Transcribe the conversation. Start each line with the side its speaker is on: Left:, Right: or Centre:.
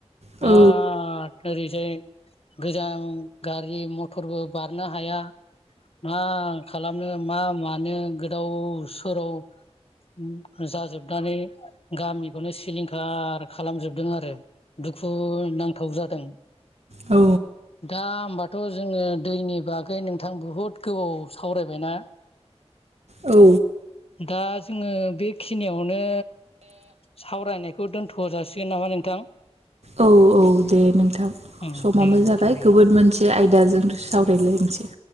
Left: बिराद
Right: औ
Left: ओरैजाय गोजां गारि मथरबो बारनो हाया। मा खालामनो मा मानो गोदाव सोराव उम जाजोबनानै गामिखौनो सिलिंखार खालामजोबदों आरो। दुखु नांथाव जादों।
Right: औ
Left: दा ओमबाथ' जोङो दैनि बागै नोंथां बुहुद गोबाव सावरायबायना?
Right: औ
Left: दा जोङो बिखिनियावनो सावरायनायखौ दोनथ' जासिगोन नामा नोंथां?
Right: औ औ दे नोंथां
Left: ओम
Right: समाबो
Left: दे नोंथां
Right: जाबाय
Left: दे।
Right: गोबोद मोनसि बे आयदाजों सावरायलायनोसै।